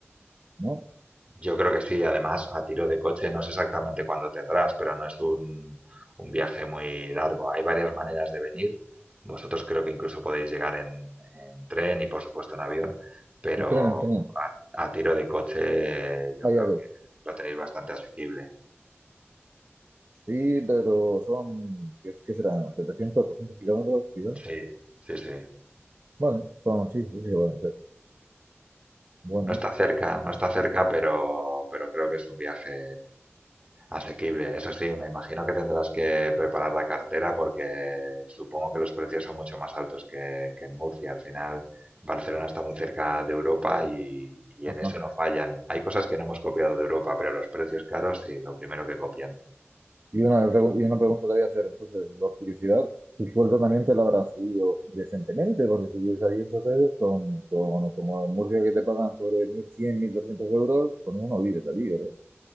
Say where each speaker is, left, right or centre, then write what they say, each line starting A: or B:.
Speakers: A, on the right; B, on the right.
A: ¿no?
B: Yo creo que sí, además a tiro de coche no sé exactamente cuándo tendrás, pero no es un, un viaje muy largo. Hay varias maneras de venir. Vosotros creo que incluso podéis llegar en, en tren y por supuesto en avión, pero
A: Entreno, entreno.
B: a, a tiro de coche yo
A: Vaya
B: creo
A: a ver.
B: que lo tenéis bastante asequible.
A: Sí, pero son, ¿qué, qué serán? 700, 800 kilómetros, quizás.
B: Sí, sí, sí.
A: Bueno, son, sí, sí, sí, bueno, sí. sí. Bueno,
B: No está cerca, no está cerca, pero, pero creo que es un viaje Asequible, eso sí, me imagino que tendrás que preparar la cartera porque supongo que los precios son mucho más altos que, que en Murcia. Al final, Barcelona está muy cerca de Europa y, y
A: ajá.
B: en eso no fallan. Hay cosas que no hemos copiado de Europa, pero los precios caros sí, lo primero que copian.
A: Y una, pregu- y una pregunta te voy a hacer, entonces, por curiosidad, tu sueldo también te lo habrán subido decentemente, porque si vives ahí entonces, con, con, como en Murcia que te pagan sobre 1.100, 1.200 euros, con eso no vives allí, ¿verdad?